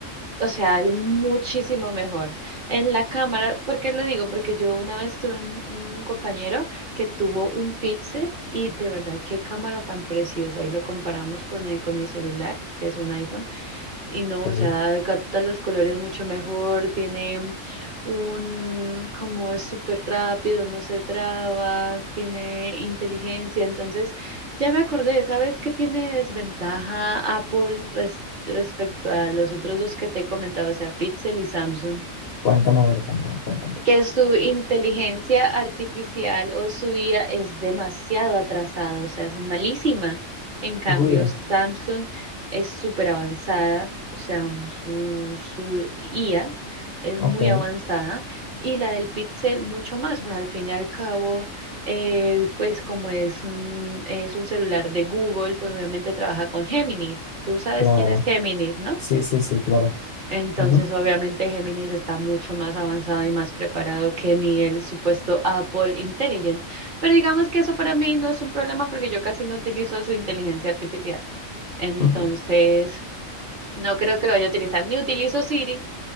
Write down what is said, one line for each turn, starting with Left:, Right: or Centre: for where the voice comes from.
Right: O sea, es muchísimo mejor. En la cámara, ¿por qué lo digo? Porque yo una vez tuve un, un compañero que tuvo un Pixel y de verdad, qué cámara tan preciosa. Y lo comparamos con, el- con mi celular, que es un iPhone. Y no,
Left: Ujú.
Right: o sea, capta los colores mucho mejor, tiene un, como es súper rápido, no se traba, tiene inteligencia. Entonces, ya me acordé, ¿sabes qué tiene desventaja Apple res- respecto a los otros dos que te he comentado, o sea, Pixel y Samsung?
Left: cuéntame, a ver, cuéntame, cuéntame.
Right: que su inteligencia artificial o su IA es demasiado atrasada, o sea, es malísima. En cambio,
Left: Uy, eh,
Right: Samsung es súper avanzada, o sea, su, su IA es
Left: ok,
Right: muy avanzada y la del Pixel mucho más, pues al fin y al cabo, eh, pues como es un, es un celular de Google, pues obviamente trabaja con Géminis. Tú sabes
Left: claro.
Right: quién es Géminis, ¿no?
Left: Sí, sí, sí, claro.
Right: Entonces,
Left: Ujú.
Right: obviamente, Géminis está mucho más avanzado y más preparado que ni el supuesto Apple Intelligent. Pero digamos que eso para mí no es un problema porque yo casi no utilizo su inteligencia artificial. Entonces,
Left: <laughs>
Right: no creo que lo vaya a utilizar. Ni utilizo Siri,